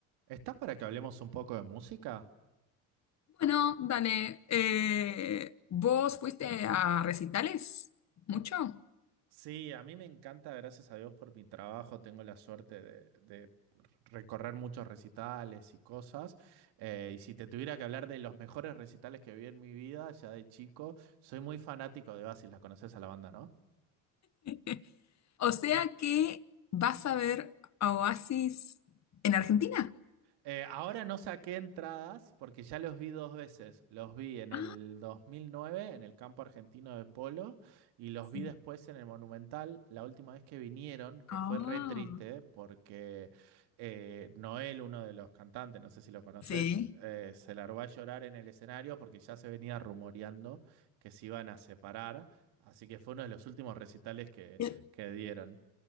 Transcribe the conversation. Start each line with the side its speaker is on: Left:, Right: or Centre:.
Right: ¿Estás para que hablemos un poco de música?
Left: Bueno, dale, eh, ¿vos fuiste a recitales? ¿Mucho?
Right: Sí, a mí me encanta, gracias a Dios por mi trabajo, tengo la suerte de, de recorrer muchos recitales y cosas. Eh, y si te tuviera que hablar de los mejores recitales que vi en mi vida, ya de chico, soy muy fanático de Oasis, la conoces a la banda, ¿no?
Left: <laughs> O sea que vas a ver a Oasis en Argentina.
Right: Eh, ahora no saqué entradas porque ya los vi dos veces. Los vi en el
Left: Ah,
Right: 2009 en el campo argentino de polo y los
Left: Sí.
Right: vi después en el Monumental la última vez que vinieron, que
Left: ah,
Right: fue re triste porque eh, Noel, uno de los cantantes, no sé si lo conoces,
Left: sí.
Right: eh, se largó a llorar en el escenario porque ya se venía rumoreando que se iban a separar. Así que fue uno de los últimos recitales que,
Left: El-
Right: que dieron.